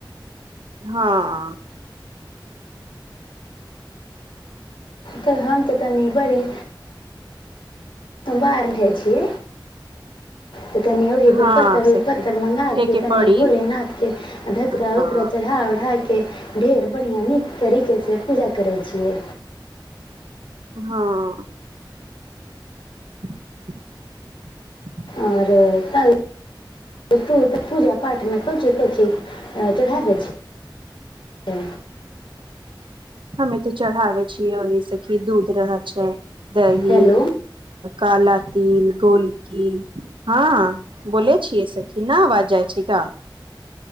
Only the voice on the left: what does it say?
तऽ हम हम तऽ तनि बड़ी सबा आरटचिय तऽ कनि ओही
बेलपत्तर उल
पत्तर मँगाके
तनि
भोलेनााथके धतरा
उतरा चढ़ा बढ़ाक ढेर बढ़िआँ नीक तरीके से पूजा करै छियै
आओर तब तू तऽ पूजा पाठमे कोची कोची चढ़ा जा छै
हेलो